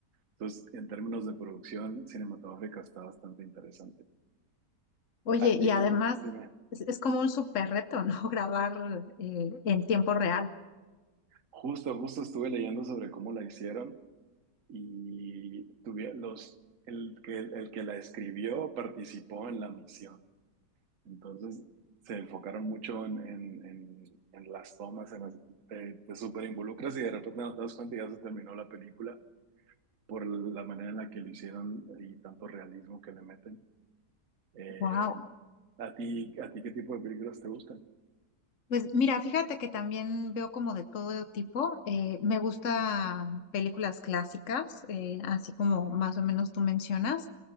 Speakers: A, on the right (about 50°); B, on the left (about 55°).
A: Entonces, en términos de producción cinematográfica está bastante interesante.
B: Oye,
A: A ti,
B: y además
A: dime,
B: es, es como un súper reto, ¿no? <laughs> Grabar eh, en tiempo real.
A: justo, justo estuve leyendo sobre cómo la hicieron y tuve los, el que, el que la escribió participó en la misión. Entonces, se enfocaron mucho en, en, en- en las tomas, en las- te, te súper involucras y de repente no te das cuenta y ya se terminó la película por la manera en la que lo hicieron y tanto realismo que le meten. Eh,
B: Wow.
A: ¿a ti, a ti qué tipo de películas te gustan?
B: Pues mira, fíjate que también veo como de todo tipo. Eh, me gusta películas clásicas, eh, así como más o menos tú mencionas.